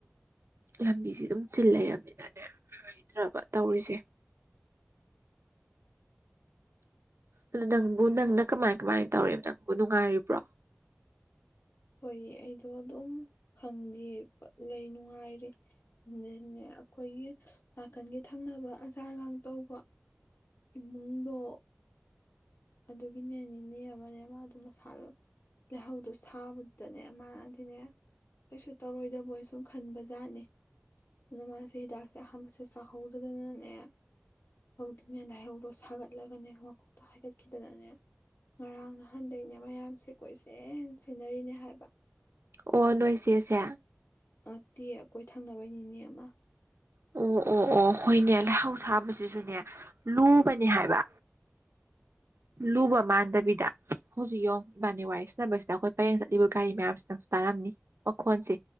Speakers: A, on the right; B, on the left.
A: ꯂꯝꯕꯤꯁꯦ ꯑꯗꯨꯝ ꯆꯤꯜ ꯂꯩꯔꯕꯅꯤꯅꯅꯦ ꯍꯥꯏꯗ꯭ꯔꯕ ꯇꯧꯔꯤꯁꯦ ꯑꯗꯨ ꯅꯪꯕꯨ ꯅꯪꯅ ꯀꯃꯥꯏ ꯀꯃꯥꯏꯅ ꯇꯧꯔꯤ ꯅꯪꯕꯨ ꯅꯨꯡꯉꯥꯏꯔꯤꯕ꯭ꯔꯣ
B: ꯍꯣꯏ ꯑꯩꯗꯣ ꯑꯗꯨꯝ ꯈꯪꯗꯦ ꯂꯩ ꯅꯨꯡꯉꯥꯏꯔꯦ ꯅꯦ ꯑꯩꯈꯣꯏꯒꯤ ꯅꯥꯀꯟꯒꯤ ꯊꯪꯅꯕ ꯑꯆꯥꯥꯔꯒ ꯇꯧꯕ ꯏꯃꯨꯡꯗꯣ ꯑꯗꯨꯒꯤꯅꯦ ꯅꯦ ꯑꯃꯅꯦ ꯃꯥꯗꯣ ꯃꯁꯥꯗꯣ ꯂꯩꯍꯧꯗꯣ ꯁꯥꯕꯗꯨꯗꯅꯦ ꯃꯥꯅꯗꯤꯅꯦ ꯀꯩꯁꯨ ꯇꯧꯔꯣꯏꯗꯕꯣꯏ ꯁꯨꯝ ꯈꯟꯕꯖꯥꯠꯅꯦ ꯑꯗꯨꯅ ꯃꯥꯁꯦ ꯍꯤꯗꯥꯛꯁꯦ ꯑꯍꯥꯟꯕꯁꯦ ꯆꯥꯍꯧꯗꯗꯅꯅꯦ ꯍꯧꯗꯨꯅꯦ ꯂꯥꯏꯍꯧꯗꯣ ꯁꯥꯒꯠꯂꯒꯅꯦ ꯃꯈꯣꯛꯇ ꯍꯥꯏꯒꯠꯄꯤ ꯈꯤꯇꯅꯅꯦ ꯉꯔꯥꯡ ꯅꯍꯥꯟꯗꯒꯤꯩꯅꯦ ꯃꯌꯥꯝꯁꯦ ꯀꯣꯏꯁꯦꯟ ꯁꯦꯟꯅꯔꯤꯅꯦ ꯍꯥꯏꯕ
A: ꯑꯣ ꯅꯣꯏ ꯆꯦꯁꯦ
B: ꯅꯠꯇꯦ ꯑꯩꯈꯣꯏ ꯊꯪꯅꯕꯩ ꯅꯤꯅꯦ ꯑꯃ
A: ꯑꯣ ꯑꯣ ꯑꯣ ꯍꯣꯏꯅꯦ ꯂꯩꯍꯧ ꯁꯥꯕꯁꯤꯁꯨꯅꯦ ꯂꯨꯕꯅꯦ ꯍꯥꯏꯕ ꯂꯨꯕ ꯃꯥꯟꯗꯕꯤꯗ ꯍꯧꯖꯤꯛ ꯌꯦ ꯏꯕꯥꯅꯤ ꯋꯥꯏ ꯁꯤꯟꯅꯕꯁꯤꯗ ꯑꯩꯈꯣꯏ ꯄꯔꯡ ꯆꯠꯂꯤꯕ ꯒꯥꯔꯤ ꯃꯌꯥꯝꯁꯤꯅꯪꯁꯨ ꯇꯥꯔꯝꯅꯤ ꯃꯈꯣꯟꯁꯦ